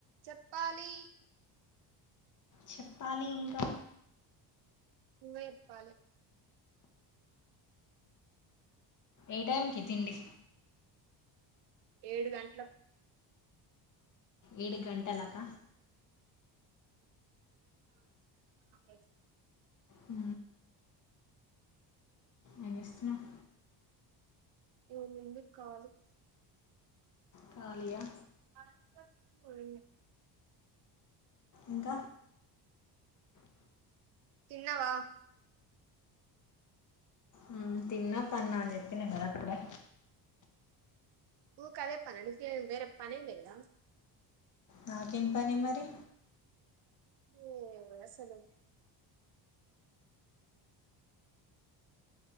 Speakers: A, on the right; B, on the left.
A: చత్ప్పాలి
B: చెప్పాలి ఇంకా
A: నువ్వే చెప్పాలి
B: ఏ టైంకి తిండి
A: ఏడు గంటలక్
B: ఏడు గంటలక
A: <inaudible>
B: ఆ ఎం చేస్తున్నావ్
A: ఏముంది కాలి
B: కాలియా
A: <inaudible>
B: ఇంక
A: తిన్నవా
B: ఉమ్ తిన్న పన్న అని చెప్పిన కదా అప్పుడే
A: ఊకె అదే పనా నీక్ వేర పన్లేద
B: నాకేం పని మరి
A: ఉమ్ అసలు